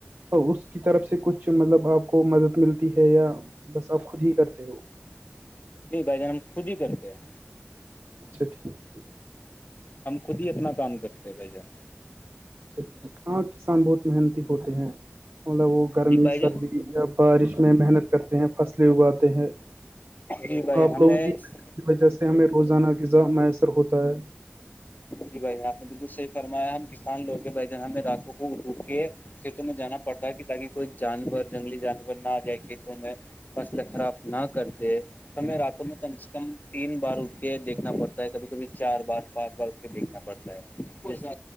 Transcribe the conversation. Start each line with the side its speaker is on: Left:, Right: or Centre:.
Right: تو اس کی طرف سے کچھ مطلب آپ کو مدد ملتی ہے یا بس آپ خود ہی کرتے ہو
Left: بھائی جان ہم خود ہی کرتے ہیں
Right: اچا ٹھیک ٹھیک <unintelligible>
Left: ہم خود ہی اپنا کام کرتے بھ جان
Right: اچا ٹھیک ہاں کسان بہت محنتی ہوتے ہیں مطلب وہ گرمی
Left: جی بھائی
Right: سردی
Left: جان
Right: جب بارش میں محنت کرتے ہیں فصلیں اگاتے ہیں
Left: جی بھائی جان
Right: آپ
Left: ہمیں
Right: لوگوں کی کی وجہ سے ہمیں روزانہ غذا میسر ہوتا ہے
Left: جی بھائی جان آپ نے بالکل صحیح فرمایا ہم کسان لوگ بھائی جن ہمیں راتوں کو اٹوٹ کے کھیتوں میں جانا پڑتا ہے کہ تاکہ کوئی جانور جنگلی جانور نہ جائے کھیتوں میں فصلیں خراب نہ کر د ہمیں راتوں میں کم سے کم تین بار اٹھ کے دیکھنا پڑتا ہے کبھی کبھی چار بار بار اس کے دیکھنا پڑتا ہے